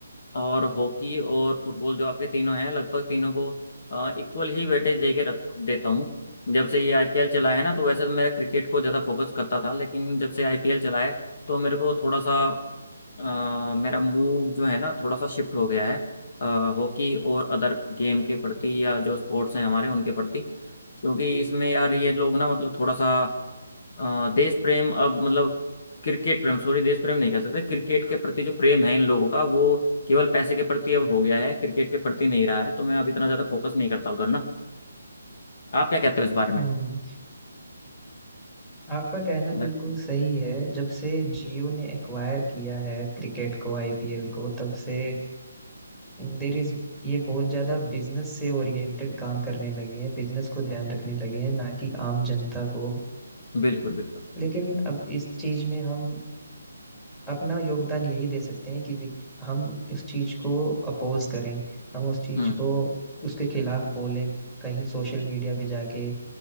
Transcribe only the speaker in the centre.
हम्म
आपका कहना
बिल्कुल सही है जब से जियो ने एक्वायर किया है क्रिकेट को आईपीएल को तब से देर इज ये बहुत ज्यादा बिजनेस से ओरिएंटेड काम करने लगे हैं बिजनेस को ध्यान रखने लगे हैं ना कि आम जनता को
लेकिन अब इस चीज में हम अपना योगदान यही दे सकते हैं कि वि- हम इस चीज को अपोज करें हम उस चीज
को उसके खिलाफ बोलें कहीं सोशल मीडिया पे जाके